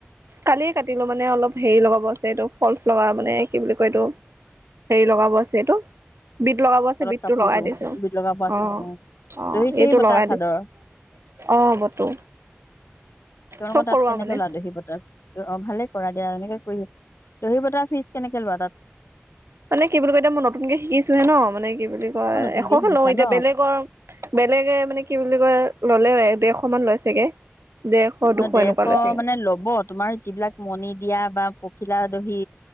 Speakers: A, on the right; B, on the left.
A: কালিয়ে কাটিলো মানে অলপ হেৰি লগাব আছে এইটো ফলচ লগা মানে কি বুলি কয় এইটো। হেৰি লগাব আছে এইটো। বিট লগাব আছে
B: তলত
A: বিটটো
B: কাপোৰটো
A: লগাই দিছো
B: বিট লগাব আছে
A: অ-অ
B: অ'। দহি চহি
A: এইটো
B: বতা
A: লগাই
B: চাদৰ
A: দিছো অ বতু
B: তোমালোকৰ
A: চব
B: তাত
A: কৰোৱা
B: কেনেকে
A: মানে।
B: লোৱা দহি বতা? অ ভালে কৰা দিয়া এনেকে কৰি দহি বতাৰ ফিজ কেনেকে লোৱা তাত।
A: মানে কি বুলি কয় এতিয়া মই নতুনকে শিকিছোহে ন মানে কি বুলি। বুলি কয়
B: অ', নতুনকে
A: এশকে
B: শিকিছা
A: লওঁ এতিয়া
B: ন?
A: বেলেগৰ বেলেগে মানে কি বুলি কয়। ল'লেও ডেৰশ মান লয় চাগে। ডেৰশ দুশ
B: ডেৰশ
A: এনেকুৱা লৈছেগে
B: মানে ল'ব তোমাৰ যিবিলাক মণি দিয়া বা- পখিলা দহি